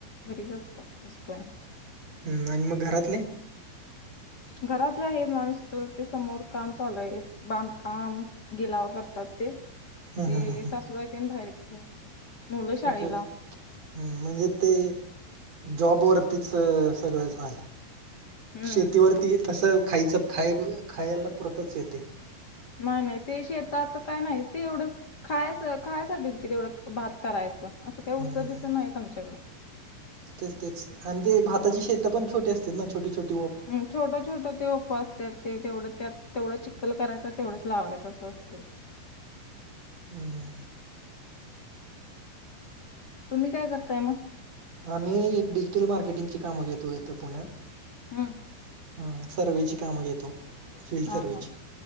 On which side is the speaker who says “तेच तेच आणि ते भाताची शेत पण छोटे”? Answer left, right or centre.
Right